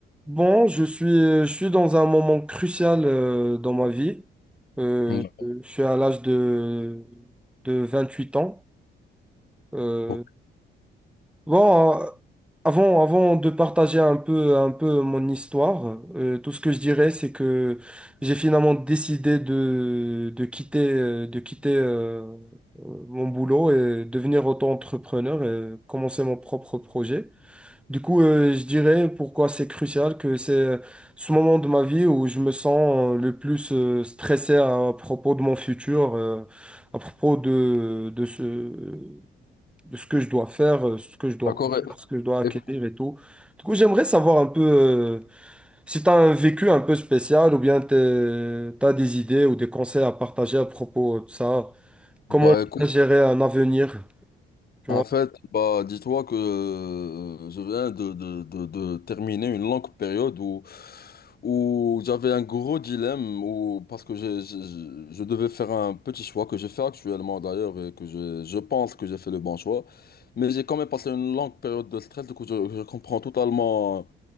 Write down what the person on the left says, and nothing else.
Mm.
Ok.
D'accord.
Et- et-
bah, écoute,
en
fait, bah, dis-toi que euh, je viens de, de, de, de terminer une longue période où, où j'avais un gros dilemme où, parce que j'ai- j'ai- je, je devais faire un petit choix que je fais actuellement d'ailleurs et que je, je pense que j'ai fait le bon choix. Mais j'ai quand même passé une longue période de stress, du coup, je, je comprends totalement